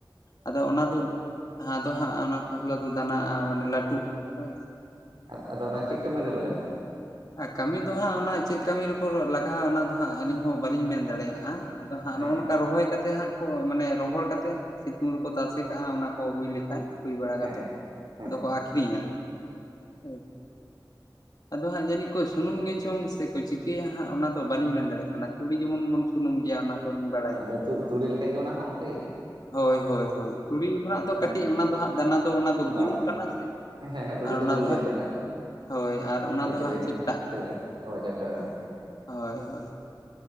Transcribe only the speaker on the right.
ᱟᱫ ᱟᱫᱚ ᱚᱱᱟ ᱪᱮᱫ ᱠᱟᱹᱢᱤ ᱨᱮ ᱞᱟᱜᱟᱜᱼᱟ?
ᱦᱮᱸ
ᱦᱮᱸ
ᱦᱮᱸ
ᱦᱮᱸ ᱟᱫᱚ ᱛᱩ ᱛᱩᱲᱤ ᱞᱮᱠᱟ ᱜᱮ ᱚᱱᱟ ᱦᱚᱸ ᱚᱝᱠᱮ?
ᱚᱱᱮ
ᱵᱟᱝ ᱵᱟᱝ
ᱦᱮᱸ ᱦᱮᱸ ᱛᱩᱲᱤ
ᱜᱳᱞ
ᱜᱮ
ᱫᱟᱱᱟ
ᱵᱷᱤᱛᱨᱤ
ᱨᱮ
ᱪᱮᱫ ᱞᱮᱠᱟ ᱚ ᱪᱮᱯᱴᱟᱜ ᱠᱟᱱᱟ?